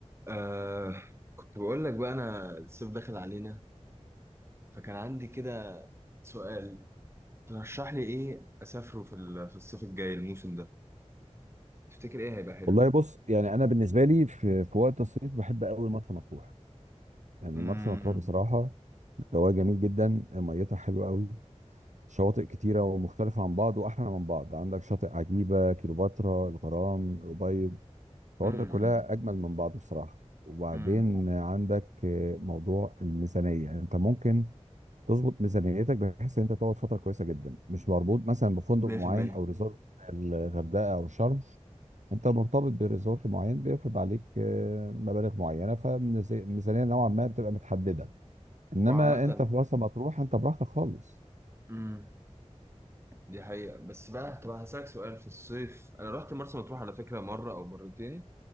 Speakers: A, on the right (about 20°); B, on the right (about 85°).
A: آه كنت بقول لك بقى انا الصيف داخل علينا فكان عندي كده سؤال ترشح لي ايه اسافره في ال- في الصيف الجاي الموسم ده تفتكر ايه هيبقى حلو
B: والله بص يعني انا بالنسبه لي في في وقت الصيف بحب قوي مرسى مطروح يعني
A: امم
B: مرسى مطروح بصراحه جواها جميل جدا ميتها حلوه قوي شواطئ كتيره ومختلفه عن بعض واحلى من بعض عندك شاطئ عجيبه كيلوباترا الغرام الأبيض الشواطئ
A: امم
B: كلها اجمل من بعض بصراحه وبعدين
A: امم
B: عندك آه، موضوع الميزانيه يعني انت ممكن تظبط ميزانيتك بحيث ان انت تقعد فتره كويسه جدا مش مربوط مثلا بفندق
A: 100%
B: معين او ريزورت الغردقه او شرم انت مرتبط بريزورت معين بيفرض عليك آه، مبالغ معينه فميزانيه نوعا ما بتبقى متحدده انما
A: وعامة
B: انت في مرسى مطروح انت براحتك خالص
A: امم دي حقيقة بس بقى طب هسألك سؤال في الصيف انا رحت مرسى مطروح على فكرة مرة او مرتين